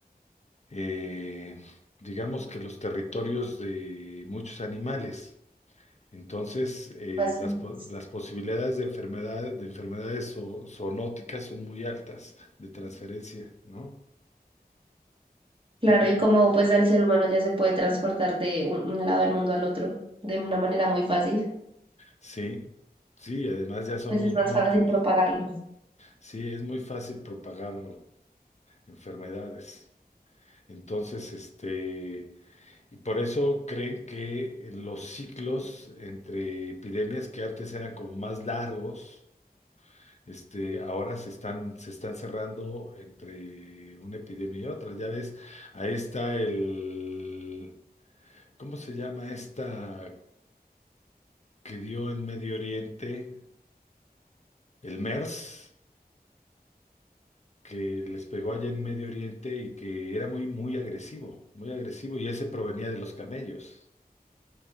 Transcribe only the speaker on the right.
así
es.
Claro,
y como pues al ser humano ya se puede transportar de un, un lado del mundo al otro de una manera muy fácil,
pues es más
fácil propagarlo.